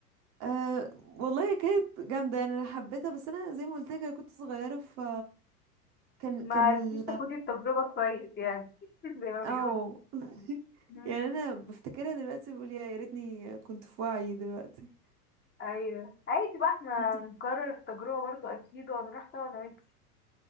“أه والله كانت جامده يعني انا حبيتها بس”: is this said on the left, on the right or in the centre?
Right